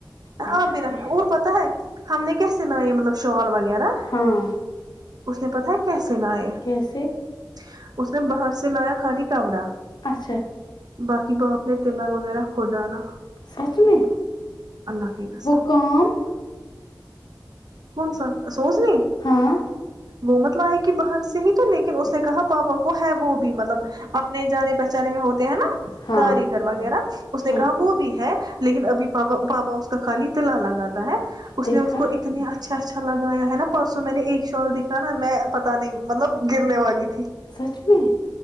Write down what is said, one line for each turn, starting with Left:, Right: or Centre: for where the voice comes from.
Left: نہیں
Right: آپ بھی
Left: صحیح
Right: رنا اور پتا ہے ہم نے کیسے لائے مطلب شال وغیرہ
Left: ہاں
Right: <inaudible> اس نے پتہ ہے کیسے لائے
Left: کیسے
Right: <unintelligible> اس نے باہر سے لایا خالی کاوڑا
Left: اچھا
Right: باقی باپ نے تلہ وغیرہ کھ ڈالا
Left: سچ میں
Right: اللہ کے گس
Left: وہ کام
Right: کون سا سوز نہیں
Left: ہاں
Right: وہ مطلب آ ہے کہ باہر سے صی تو لیکن اس کہا پاپا کو ہے وہ بھی مطلب اپنے جانے پہچان میں ہوتے ہیں نا
Left: ہاں
Right: کاریگر وغیرہ اس نے
Left: ہاں
Right: کہا وہ بھی ہے لیکن ابھی پاپا پاپا اس کا خالی تیلا لگا ہاوتا ہے اس
Left: دیکھا
Right: نے اس کو اتنی اچھے اچھا اچھا لگایا ہے نا پرسوں میں نے ایک شال دکھا نا میں پت نہیں مطلب گرنے والی تھی
Left: سچ میں